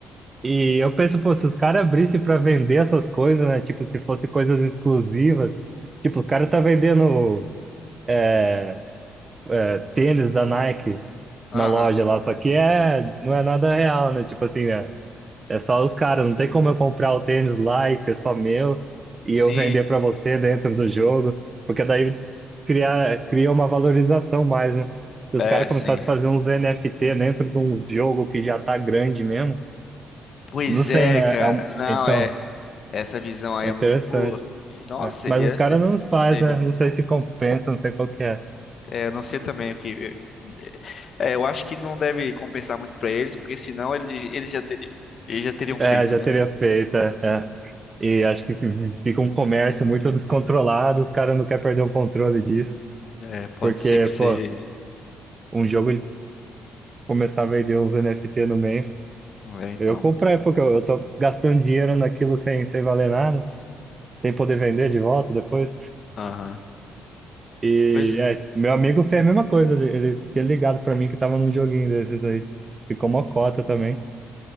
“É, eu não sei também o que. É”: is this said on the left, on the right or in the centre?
Left